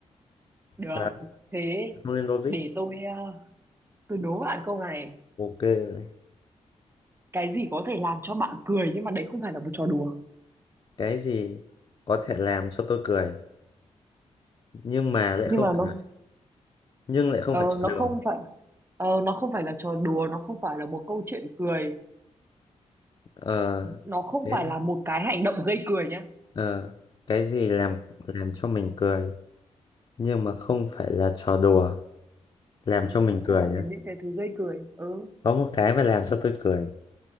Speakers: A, on the right; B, on the left.
A: được
B: Đấy,
A: thế
B: không nên logic
A: để tôi ờ, tôi đố bạn câu này
B: ok này.
A: cái gì có thể làm cho bạn cười nhưng mà đấy không phải là một trò đùa
B: cái gì có thể làm cho tôi cười nhưng mà lại
A: nhưng
B: không
A: mà
B: phải
A: nó
B: nhưng lại không
A: ờ,
B: phải cho
A: nó
B: đường
A: không phải Ờ, nó không phải là trò đùa, nó không phải là một câu chuyện cười,
B: ờ,
A: nó không
B: cái
A: phải là một cái hành động gây cười nhé,
B: ờ, cái gì làm làm cho mình cười nhưng mà không phải là trò đùa làm cho
A: mà
B: mình
A: cũng không
B: cười
A: phải
B: á.
A: là những cái thứ gây cười. Ừ,
B: có một cái mà làm cho tôi cười